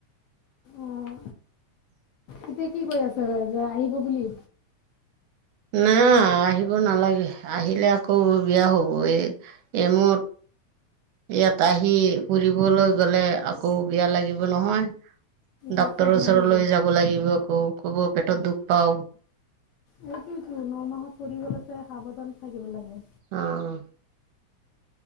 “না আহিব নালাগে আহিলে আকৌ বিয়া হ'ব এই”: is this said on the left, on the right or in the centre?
Right